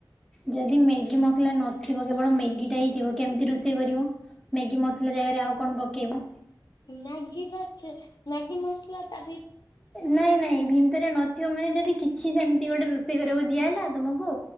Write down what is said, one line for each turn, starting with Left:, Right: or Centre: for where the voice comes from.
Centre: ଯଦି ମ୍ୟାଗି ମସଲା ନଥିବ କେବଳ ମ୍ୟାଗି ଟା ହିଁ ଥିବ କେମିତି ରୋଷେଇ କରିବ। ମ୍ୟାଗି ମସଲା ଜାଗାରେ ଆଉ କଣ ପକେଇବ।
Left: ମ୍ୟାଗି ବା ମ୍ୟାଗି ମସଲା ତ
Centre: ନାଇଁ ନାଇଁ ଭିନ୍ଦରେ ନଥିବ ମାନେ ଯଦି କି କିଛି ସେମିତି ଗୋଟେ ରୋଷେଇ କରିବାକୁ ଦିଆହ ହେଲା ତମକୁ